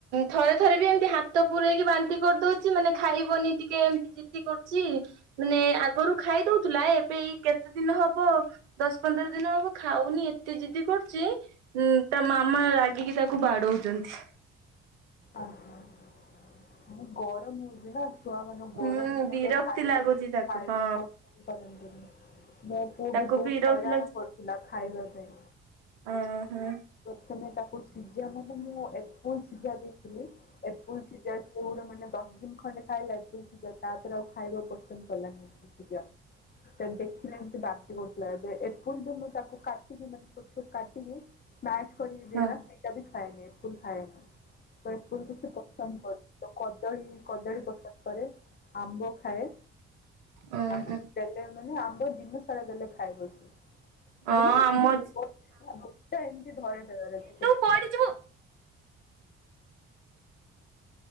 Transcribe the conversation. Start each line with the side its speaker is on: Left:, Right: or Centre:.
Right: ଥରେ ଥରେ ବି ଏମିତି ହାତ ପୁରେଇକି ବାନ୍ତି କରିଦଉଛି ମାନେ ଖାଇବନି ଟିକେ ଜିଦି କରୁଛି ମାନେ ଆଗରୁ ଖାଇ ଦଉଥିଲା ଏବେ ଏଇ କେତେ ଦିନ ହବ ଦଶ ପନ୍ଦର ଦିନ ହବ ଖାଉନି ଏତେ ଜିଦି କରୁଛି। ହୁଁ ତା ମାମା ରାଗିକି ତାକୁ ବାଡଉଛନ୍ତି।
Left: ଆ ମାନେ ଗରମ ହଉଛି ନା। ଛୁଆ ମାନେ
Right: ହୁଁ
Left: ଗରମରେ ମଧ୍ୟ
Right: ବିରକ୍ତି
Left: ଖାଇବା
Right: ଲାଗୁଛି ତାକୁ
Left: ଖାଇବା
Right: ହଁ
Left: ପସନ କରନ୍ତିନି ମୋ ପୁଅ
Right: ତାକୁ
Left: ବି ବହୁତ
Right: ବିରକ୍ତି
Left: ହଇରାଣ କରୁଥିଲା ଖାଇବା ପାଇଁ।
Right: ଉ ହୁଁ।
Left: ପ୍ରଥମେ ତାକୁ ସିଝା ମାନେ ମୁଁ ଏପଲ ସିଝା ଦେଇଥିଲି ଏପୁଲ ସିଝା ସେଗୁଡା ମାନେ ଦଶ ଦିନ ଖଣ୍ଡେ ଖାଇଲା ଆପୁଲ ସିଜା ତାପରେ ଆଉ ଖାଇବା ପସନ୍ କଲାନି ସେ ସିଜା ଦେଖିଲେ ଏମିତି ବାନ୍ତି କରଥିଲା ଏବେ ଏପୁଲ ଦ ମୁଁ ତାକୁ କା କାଟିିକି ମାନେ ଛୋଟ ଛୋଟ କାଟିିକି ସ୍ମାସ କରିିକି ଦିଏନା
Right: ହଁ
Left: ସେଇଟା ବି ଖାଏନି ଏପୁଲ ଖାଏନି। ତ ଆପୁଲ କୁ ସେ ପସନ୍ଦ କରେ ନି ତ କଦଳୀ କଦଳୀ ପସନ୍ଦ କରେ। ଆମ୍ବ ଖାଏ।
Right: ଓହୋ
Left: ଆମ୍ବକୁ ଦେଲେ ମାନେ ଆମ୍ବ ଦିନ ସାରା ଦେଲେ ଖାଇବ ସିଏ।
Right: ହଁ
Left: ଆଉ ମାନେ
Right: ଆମ
Left: ଗୋଟା ଗୋଟା ଏମିତି ଧରେଇ ଦେବାର ଅଛି ତାକୁ।
Right: କୁଆଡେ ଯିବ।